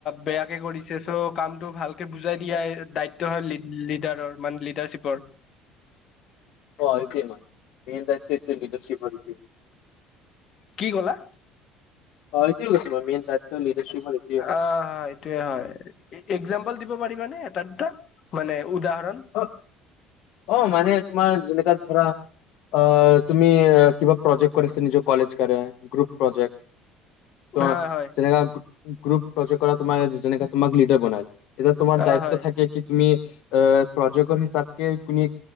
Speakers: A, on the left; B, on the left.
A: বেয়াকে কৰিছে, চ' কামটো ভালকে বুজাই দিয়াই দায়িত্ব হয় লি লিডাৰৰ মানে লিডাৰশ্বিপৰ।
B: অ <unintelligible> লিডাৰশ্বিপৰ এইটো।
A: কি ক'লা?
B: অ সেইটোৱে কৈছিলো মেন টাইপটো লিডাৰশ্বিপৰ এই
A: অ হয় এইটোয়ে হয়, এ একজাম্পল দিব পাৰিবানে এটা দুটা, মানে উদাহৰণ?
B: অ, অ মানে তোমাৰ যেনেকা ধৰা অ', তুমি কিবা প্ৰজেক্ট কৰিছা? নিজৰ কলেজ কাৰনে, গ্ৰুপ প্ৰজেক্ট। ত'
A: হয় হয়
B: যেনেকা গ্ৰুপ প্ৰজেক কৰা, তোমাৰ যেনেকা তোমাক লিডাৰ বনাই। এতিয়া তোমাৰ
A: অ
B: দায়িত্ব
A: হয়
B: থাকে, কি তুমি এ প্ৰজেকৰ হিচাপকে তুমি